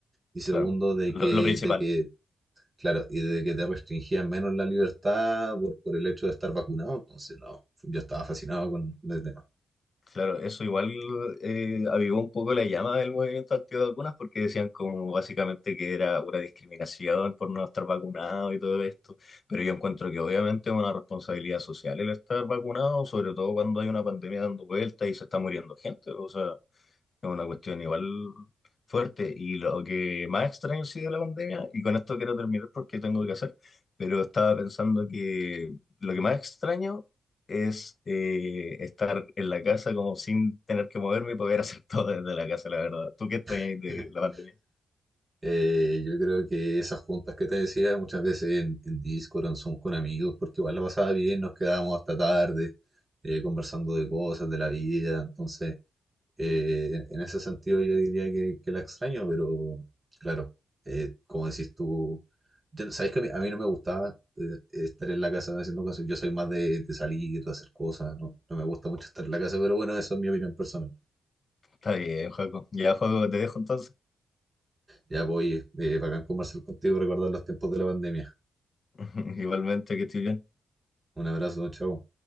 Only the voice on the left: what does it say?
claro.
Lo,
lo principal.
Claro, eso igual eh, avivó un poco la llama del movimiento antivacunas porque decían como básicamente que era una discriminación por no estar vacunado y todo esto, pero yo encuentro que obviamente es una responsabilidad social el estar vacunado, sobre todo cuando hay una pandemia dando vuelta y se está muriendo gente, o sea, es una cuestión igual fuerte. Y lo que más extraño ha sido la pandemia, y con esto quiero terminar porque tengo que hacer, pero estaba pensando que lo que más extraño es eh, estar en la casa como sin tener que moverme y poder <laughs> hacer todo desde la casa, la verdad. ¿Tú qué extrañas
de la pandemia?
Está bien, Joaco. Ya, Joaco, te dejo entonces.
<laughs> Igualmente, que estoy bien.